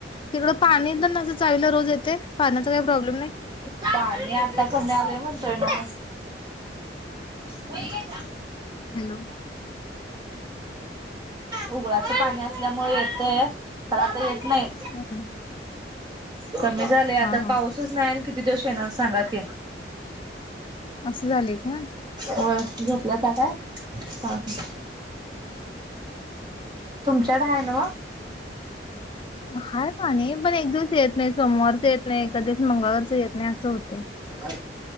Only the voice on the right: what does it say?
पाणी आता कमी आलंय, म्हणतोय मी! हो! गेला.
उघड्याच पाणी, असल्यामुळे येतय तर आता येत नाही!
कमी झालेय आता
पाऊसच नाही, आणि किती दिवशी येणार सांगा की?
व झोपलं का! काय हा ह! ! तुमच्याकडं हाय नव्हं?
काय?